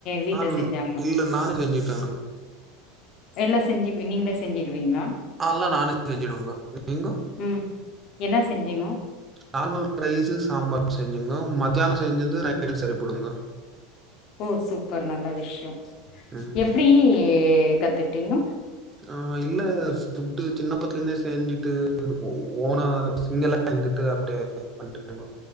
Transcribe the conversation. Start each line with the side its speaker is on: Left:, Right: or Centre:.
Left: வீட்ல
Right: ஆ ந-
Left: செஞ்சாங்க
Right: இல்ல நானே செஞ்சுட்டே <unintelligible>
Left: எல்லா செஞ்சு நீங்களே செஞ்சுடுவீங்ளா
Right: ஆல்லா நானே செஞ்சுடுவேங்க நீங்க
Left: உம் என்ன செஞ்சீங்கோ
Right: நார்மல் ரைஸு சாம்பார் செஞ்சுங்கோ மத்தியானம் செஞ்சந்து நைட்டுக்கு சரிபடுங்க
Left: ஓ சூப்பர் நல்ல விஷ்யோம்
Right: ம்
Left: எப்டி கத்துட்டீங்க
Right: ஆ இல்ல ஃபுட்டு சின்ன பத்துல இருந்தே செஞ்சுட்டு இருக்கூ ஓனா நீங்கல்லாம் எந்துட்டு அப்டியே பண்ணட் போங்கோ